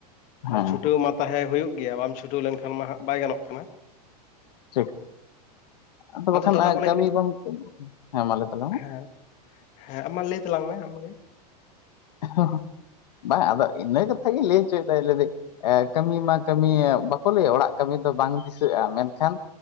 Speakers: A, on the left; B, on the left.
A: ᱦᱮᱸ
B: ᱟᱨ, ᱪᱷᱩᱴᱟᱹᱣ ᱢᱟ ᱛᱟᱦᱮᱸ ᱦᱩᱭᱩᱜ ᱜᱮᱭᱟ, ᱵᱟᱢ ᱪᱷᱩᱴᱟᱹᱣ ᱞᱮᱱᱠᱷᱟᱱ ᱢᱟ ᱦᱟᱸᱜ, ᱵᱟᱭ ᱜᱟᱱᱚᱜ ᱠᱟᱱᱟ ᱾
A: ᱪᱷᱤᱠ, ᱟᱫᱚ ᱵᱟᱠᱷᱟᱱ,
B: ᱫᱟᱫᱟ
A: ᱟᱭ
B: ᱚᱱᱮ
A: ᱠᱟᱢᱤ
B: ᱠᱟᱹᱴᱤᱡ
A: ᱜᱚᱢᱠᱮ, ᱦᱮᱸᱢᱟ, ᱞᱟᱹᱭ ᱛᱟᱞᱟᱝ ᱢᱮ
B: ᱦᱮᱸ
A: ᱾
B: ᱦᱮᱸ, ᱟᱢ ᱢᱟ ᱞᱟᱹᱭ ᱛᱟᱞᱟᱝ ᱢᱮ, ᱟᱢᱜᱮ ᱾
A: ᱦᱚᱸ ᱦᱚᱸ <inaudible> ᱵᱟᱝᱟ ᱟᱫᱚ, ᱤᱱᱟᱹ ᱠᱟᱛᱷᱟ ᱜᱤᱧ ᱞᱟᱹᱭ ᱚᱪᱚᱭᱮᱫᱟ ᱦᱤ <unintelligible> ᱞᱮᱫᱟ ᱾ ᱮ ᱠᱟᱹᱢᱤ ᱢᱟ, ᱠᱟᱹᱢᱤ, ᱵᱟᱠᱚ ᱞᱟᱹᱭᱟ, ᱚᱲᱟᱜ ᱠᱟᱹᱢᱤ ᱫᱚ, ᱵᱟᱝ ᱫᱤᱥᱟᱹᱜᱼᱟ, ᱢᱮᱱᱠᱷᱟᱱ